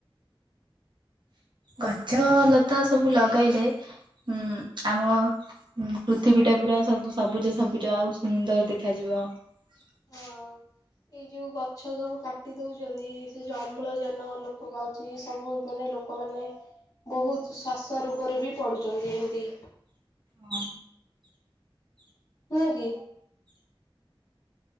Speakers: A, on the right; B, on the left.
A: ଗଛ ଲତା ସବୁ ଲଗାଇଲେ ହୁଁ ଆମ ଉଁ ପୃଥିବୀ ଟା ପୁରା ସବୁ ସବୁଜ ସବୁଜ ଆଉ ସୁନ୍ଦର ଦେଖାଯିବ। ହଁ।
B: ହଁ। ଏଇ ଯୋଉ ଗଛ ସବୁ କାଟି ଦଉଚନ୍ତି ସେ ଯୋଉ ଅମ୍ଳ ଯାନ ଲପ ପାଉଚି ସବୁ ମାନେ ହେ ଲୋକମାନେ ବହୁତ ଶ୍ଵାସ ରୋଗରେ ବି ପଢୁଚନ୍ତି ଏମିତି।
A: ହଁ।
B: ନୁ କିି।